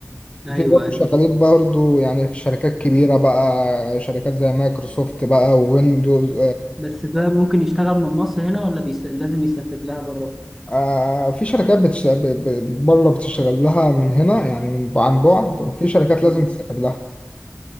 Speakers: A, in the centre; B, on the left (about 25°).
A: أيوه
B: وفي برضو
A: أيوه
B: شغالين برضو يعني في شركات كبيرة بقى شركات زي مايكروسوفت بقى وويندوز
A: بس ده ممكن يشتغل من مصر هنا ولا بيس... لازم يسافر لها بره؟
B: آه في شركات بتش... ب... ب... بره بتشتغل لها من هنا يعني من عن بعد وفي شركات لازم
A: مم.
B: تسافر لها